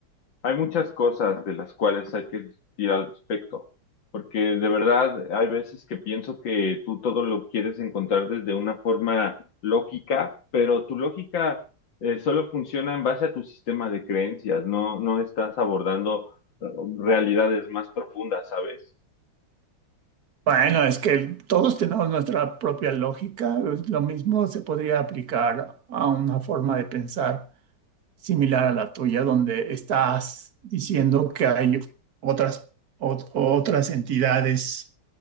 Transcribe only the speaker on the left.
Hay muchas cosas de las cuales hay que discutir al respecto, porque de verdad hay veces que pienso que tú todo lo quieres encontrar desde una forma lógica, pero tu lógica eh, solo funciona en base a tu sistema de creencias, no, no estás abordando eh, realidades más profundas, ¿sabes?